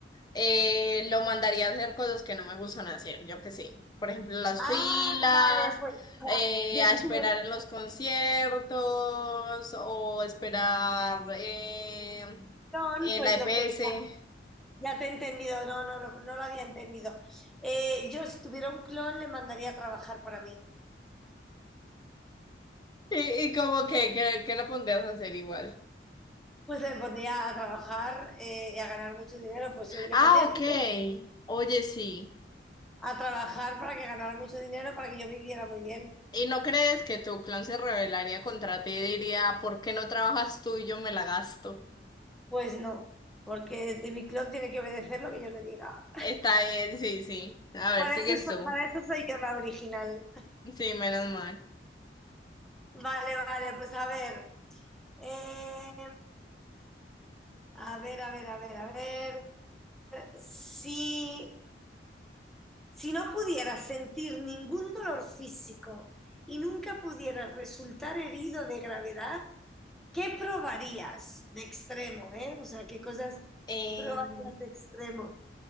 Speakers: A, on the left (about 25°); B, in the centre.
A: eh, lo mandaría a hacer cosas que no me gustan hacer, yo que sé. Por ejemplo, las
B: Ah,
A: filas,
B: vale, pues
A: eh,
B: ya,
A: a
B: ya sé
A: esperar
B: que me-
A: en los conciertos o esperar eh,
B: no,
A: en
B: pues
A: la EPS.
B: lo que ya,
A: <laughs>
B: ya te he entendido, no, no, lo- no lo había entendido. Eh, yo si tuviera un clon le mandaría a trabajar para mí.
A: Y, y como que, que, que lo pondrías a hacer igual.
B: Pues le pondría a trabajar eh, y a ganar mucho dinero, pues yo le
A: Ah,
B: pondría a
A: ok.
B: estudiar,
A: Oye, sí.
B: a trabajar para que ganara mucho dinero, para que yo viviera muy bien.
A: ¿Y no crees que tu clan se rebelaría contra ti y diría, ¿por qué no trabajas tú y yo me la gasto?
B: Pues no, porque de mi clon tiene que obedecer lo que yo le diga.
A: Está bien, sí, sí. A ver,
B: Para
A: sigues
B: eso, so-
A: tú.
B: para eso soy yo la original.
A: Sí, menos mal.
B: Vale, vale, pues a ver. eh, a ver, a ver, a ver, a ver. Si, si no pudieras sentir ningún dolor físico y nunca pudieras resultar herido de gravedad, ¿qué probarías de extremo, eh? O sea, ¿qué cosas
A: Eh,
B: probarías de extremo?